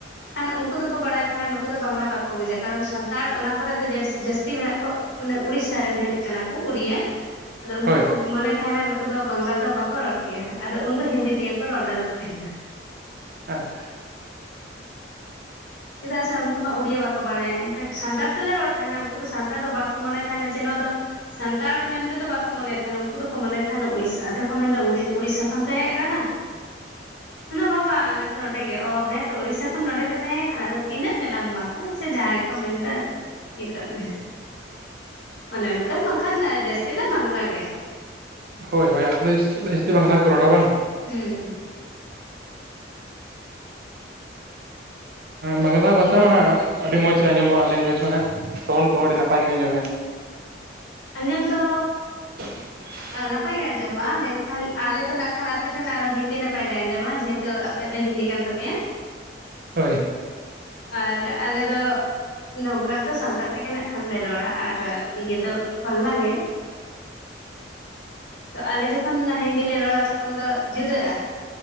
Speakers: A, on the left; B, on the right.
A: ᱠᱷᱟᱱ ᱩᱱᱠᱩ ᱫᱚ᱾ ᱠᱚ ᱵᱟᱲᱟᱭ ᱛᱟᱦᱮᱱᱟ ᱱᱩᱠᱩ ᱫᱚ ᱵᱟᱝᱞᱟ ᱵᱟᱠᱚ ᱵᱩᱡᱟ ᱠᱟᱨᱚᱱ ᱥᱟᱱᱛᱟᱲ ᱚᱱᱟ ᱠᱚᱨᱮ ᱫᱚ ᱡᱟᱹᱥᱛᱤ ᱢᱮᱱᱟᱜ ᱠᱚ᱾ ᱢᱟᱱᱮ ᱩᱲᱤᱥᱥᱟᱮᱱ ᱦᱮᱡ ᱠᱟᱱᱟ ᱠᱚ ᱩᱲᱤᱭᱟ ᱟᱫᱚ ᱩᱱᱠᱩ
B: ᱦᱳᱭ
A: ᱠᱚ ᱢᱚᱱᱮ ᱛᱟᱦᱮᱱᱟ᱾ ᱩᱱᱠᱩ ᱫᱚ ᱵᱟᱝᱞᱟ ᱫᱚ ᱵᱟᱠᱚ ᱨᱚᱲ ᱠᱮᱭᱟ ᱟᱫᱚ ᱩᱱᱫᱚ ᱦᱤᱱᱫᱤ ᱛᱮᱜᱮ ᱠᱚ ᱨᱚᱲᱞᱮ ᱛᱟᱦᱮᱱᱟ᱾
B: ᱟᱪᱪᱷᱟ
A: ᱪᱮᱫᱟᱜ ᱥᱮ ᱩᱱᱠᱩ ᱢᱟ ᱩᱲᱤᱭᱟᱹ ᱵᱟᱠᱚ ᱵᱟᱲᱟᱭᱟ ᱮᱱᱠᱷᱟᱱ ᱥᱟᱱᱛᱟᱲ ᱛᱮᱞᱮ ᱨᱚᱲ ᱛᱟᱦᱮᱱᱟ ᱩᱱᱠᱩ ᱫᱚ ᱥᱟᱱᱛᱟᱲ ᱫᱚ ᱵᱟᱠᱚ ᱢᱚᱱᱮ ᱛᱟᱦᱮᱱᱟ ᱡᱮ ᱱᱚᱣᱟ ᱫᱚ ᱥᱟᱱᱛᱟᱲ ᱢᱮᱱᱛᱮ ᱫᱚ ᱵᱟᱠᱚ ᱢᱚᱱᱮᱫ ᱛᱟᱦᱚᱞᱮ ᱩᱱᱠᱩ ᱫᱚᱠᱚ ᱢᱚᱱᱮᱭ ᱛᱟᱦᱮᱱᱟ ᱩᱲᱤᱥᱥᱟ ᱟᱫᱚ ᱠᱚ ᱢᱮᱱᱫᱟ ᱩᱲᱤᱥᱥᱟ ᱠᱷᱚᱱ ᱯᱮ ᱦᱮᱡ ᱟᱠᱟᱱᱟ? ᱵᱟᱵᱟ ᱟᱞᱮ ᱫᱚ ᱱᱚᱰᱮ ᱜᱮ ᱚ ᱦᱮᱸᱛᱚ ᱩᱲᱤᱥᱥᱟ ᱠᱷᱚᱱ ᱱᱚᱰᱮ ᱯᱮ ᱛᱟᱦᱮᱸ ᱮᱠᱷᱟᱱ ᱟᱫᱚ ᱛᱤᱱᱟᱹᱜ ᱛᱮᱞᱟᱢ ᱮᱢᱟ ᱠᱚᱣᱟ ᱥᱮ ᱡᱟᱦᱟᱸᱭ ᱠᱚ ᱢᱮᱱ ᱮᱫᱟ ᱤᱭᱟᱹ ᱠᱟᱜ ᱢᱮ ᱚᱱᱮ ᱚᱱᱠᱟ ᱫᱚ ᱵᱟᱝᱠᱷᱟᱱ ᱡᱟᱹᱥᱛᱤ ᱫᱚ ᱵᱟᱝᱞᱟ ᱜᱮ ᱾
B: ᱦᱳᱭ ᱦᱳᱭ ᱟᱠᱳ ᱫᱚ ᱥᱟᱥ ᱡᱟᱹᱥᱛᱤ ᱵᱟᱝᱞᱟ ᱜᱮᱠᱚ ᱨᱚᱲᱟ ᱵᱟᱝ?
A: ᱦᱩᱸ
B: ᱵᱟᱝᱞᱟ ᱵᱷᱟᱥᱟ ᱢᱟ ᱟᱹᱰᱤ ᱢᱚᱡᱽ ᱟᱸᱡᱚᱢᱚᱜᱼᱟ ᱞᱮᱝᱜᱩᱭᱮᱡᱽ ᱢᱟᱱᱮ᱾ ᱴᱚᱱ ᱠᱚᱦᱚᱸ ᱟᱹᱰᱤ ᱱᱟᱯᱟᱭ ᱜᱮᱧ ᱟᱸᱡᱚᱢᱮᱫ᱾
A: ᱟᱸᱡᱚᱢ ᱫᱚ
B: <unintelligible>
A: ᱱᱟᱯᱟᱭ ᱜᱮ ᱟᱸᱡᱚᱢᱚᱜᱼᱟ ᱢᱮᱱᱠᱷᱟᱱ ᱟᱞᱮ ᱫᱚ ᱱᱟᱜᱠᱷᱟᱱ ᱟᱯᱮ ᱴᱷᱮᱱ ᱟᱨᱚ ᱦᱤᱱᱫᱤ ᱱᱟᱯᱟᱭ ᱞᱮ ᱟᱸᱡᱚᱢᱟ ᱡᱮᱦᱮ ᱛᱩ ᱟᱯᱮᱭᱟᱜ ᱫᱚ ᱦᱤᱱᱫᱤ ᱠᱟᱱ ᱛᱟᱯᱮᱭᱟ ᱾
B: ᱦᱳᱭ
A: ᱟᱨ ᱟᱞᱮ ᱫᱚ ᱱᱚᱝᱠᱟ ᱫᱚ ᱥᱟᱱᱛᱟᱲ ᱛᱮᱜᱮ ᱱᱟᱜ ᱠᱷᱟᱱ ᱞᱮ ᱨᱚᱲᱟ ᱟᱨ ᱟᱨ ᱤᱭᱟᱹ ᱫᱚ ᱵᱟᱝᱞᱟ ᱜᱮ ᱾ ᱛᱚ ᱟᱞᱮ ᱡᱚᱠᱷᱚᱱ ᱦᱤᱱᱫᱤ ᱞᱮ ᱨᱚᱲᱟ ᱛᱚᱠᱷᱚᱱ ᱫᱚ ᱡᱩᱫᱟᱹᱜᱼᱟ